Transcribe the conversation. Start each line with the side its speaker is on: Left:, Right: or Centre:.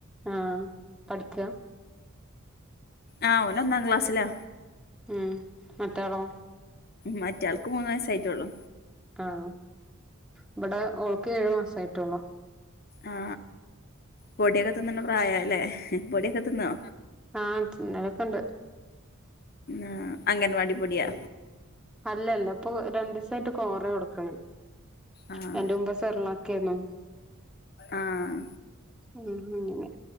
Centre: ആ പഠിക്ക
Left: ആ ഓന് ഒന്നാം ക്ലാസ്സിലാ
Centre: ഉം മറ്റാളോ
Left: മറ്റേയാൾക്ക് മൂന്ന് വയസ്സായിട്ടെള്ളൂ
Centre: ആം ഇവിടെ ഓൾക്ക് ഏഴു മാസായിട്ടൊള്ളൂ
Left: ആ പൊടിയൊക്കെ തിന്നണ്ട പ്രായാലേ പൊടിയൊക്കെ തിന്ന്വോ
Centre: ആ തിന്നലൊക്കണ്ട്
Left: ആ അംഗൻവാടി പൊടിയാ
Centre: അല്ലല്ല ഇപ്പൊ രണ്ടു ദിവസായിട്ട് കോറ യാ കൊടുക്കണേ
Left: ആഹ്
Centre: അയിന്റെ മുമ്പെ സെറിലാക്കേനു
Left: ആഹ്
Centre: മ് അങ്ങനെ